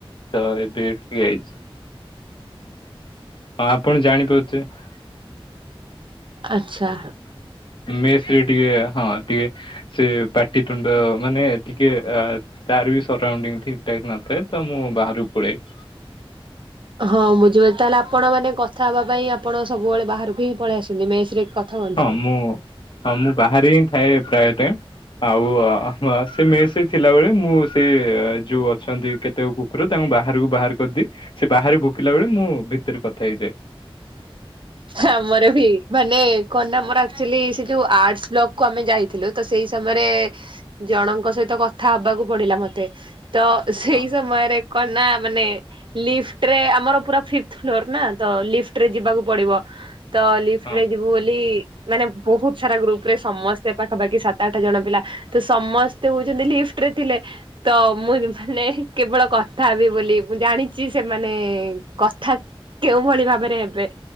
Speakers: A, on the left (about 55°); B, on the right (about 60°).
A: ତ ଏବେ ଏଠିକି ଆଇଛି। ହଁ ଆପଣ ଜାଣିପାରୁଥିବେ
B: ଆଛା।
A: ମେସ ରେ ଟିକେ ହଁ ଟିକେ ସେ ପାଟିିତୁଣ୍ଡ ମାନେ ଟିକେ ଆ ତାର ବି ସରାଉଣ୍ଡିଙ୍ଗ ଠିକ ଠାକ୍ ନଥାଏ। ତ ମୁଁ ବାହାରକୁ ପଳେଇ
B: ହଁ ବୁଝିପାରୁଛି ତାହେଲେ ଆପଣ ମାନେ କଥା ହେବା ପାଇଁ ଆପଣ ସବୁବେଳେ ବାହାରକୁ ହିଁ ପଳେଇ ଆସନ୍ତି ମେସ ରେ କଥା ହୁଅନ୍ତିନି?
A: ହଁ ମୁଁ ହଁ ମୁଁ ବାହାରି ହିଁ ଥାଏ ପ୍ରାୟ ଟାଇମ୍ ଆଉ ସେ ମେସରେ ଥିଲା ବଳେ ମୁଁ ସେ ଯୋଉ ଅଛନ୍ତି କେତେକ କୁକୁର ତାଙ୍କୁ ବାହାରକୁ ବାହାର କରିଦିଏ ସେ ବାହାରେ ଭୋକିଲା ବେଳେ ମୁଁ ଭିତରେ କଥା ହେଇଯାଏ।
B: ଆମର ବି ମାନେ କଣନା ଆମର ଆକଚୁଆଲି ସେ ଯୋଉ ଆଟ୍ସ ବ୍ଲକକୁ ଆମେ ଯାଇଥିଲୁ ତ ସେଇ ସମୟରେ ଜଣଙ୍କ ସହିତ କଥା ହବାକୁ ପଡିଲା ମତେ ତ ସେଇ
A: ହଁ
B: ସମୟରେ କଣ ନା ମାନେ ଲିଫ୍ଟରେ ଆମର ପୁରା ଫିଫ୍ଥ୍ ଫ୍ଲୋର ନା ତ ଲିଫ ଟରେ ଯିବାକୁ ପଡିବ ତ ଲିଫ୍ଟ
A: ହଁ
B: ରେ ଯିବୁ ବୋଲି ମାନେ ବହୁତ ସାରା ଗ୍ରୁପ ରେ ସମସ୍ତେ ପାଖାପାଖି ସାତ ଆଠ ଜଣ ପିଲା ତ ସମସ୍ତେ ହଉଛନ୍ତି ଲିଫ୍ଟ ଫ୍ଟ ରେ ଥିଲେ ତ ମୁଁ ମାନେ କେବଳ କଥା ହେବି ବୋଲି ମୁଁ ଜାଣିଛି ସେମାନେ କଥା କେଉଁ ଭଳି ଭାବରେ ହେବେ